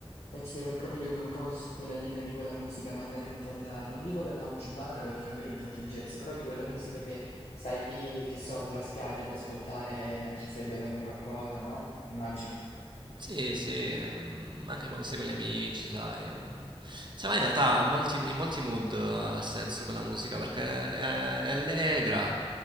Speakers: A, on the left; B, on the right.
A: Penso di aver capito che è un po' su quella linea di quella musica magari un po' da, non dico da lounge bar perché magari è un po' più jazz, però di quella musica che stai lì, che so, sulla spiaggia ad ascoltare mentre stai bevendo qualcosa, no? Immagino.
B: Sì, sì, ehm, anche quando sei con gli amici, sai. ehm. Se vai in realtà a molti- in molti mood eh, ha senso quella musica perché è, è allegra,